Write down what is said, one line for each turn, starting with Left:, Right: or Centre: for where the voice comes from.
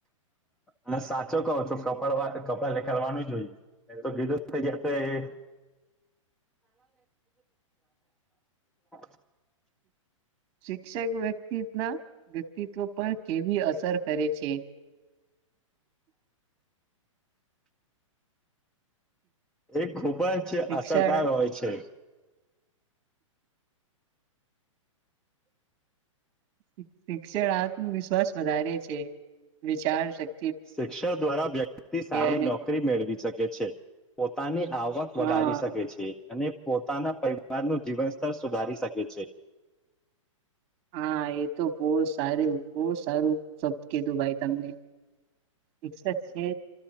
Centre: અને સાચો કહો છો કપડા કડવાનું જ હોય એ તો કીધું <unintelligible>
Right: શિક્ષક વ્યક્તિના વક્તિ વ્યક્તિત્વ પણ કેવી અસર કરે છે.
Centre: એ ખુબ
Right: શિક્ષણ
Centre: જ અસરદાર હોય છે.
Right: શિક્ષણ આત્મવિશ્વાસ વધારે છે, વિચાર શ
Centre: શિક્ષણ દ્વારા વ્યક્તિ સારી
Right: અને
Centre: નોકરી મેળવી શકે છે, પોતાની આવક વધારી
Right: હા
Centre: શકે છે. અને, પોતાના પરિવારનું જીવન સ્તર સુધારી શકે છે.
Right: હા, એ તો બોવ સારું બોવ સારું શબ્દ કીધું ભાઈ તમને, શિક્ષા છે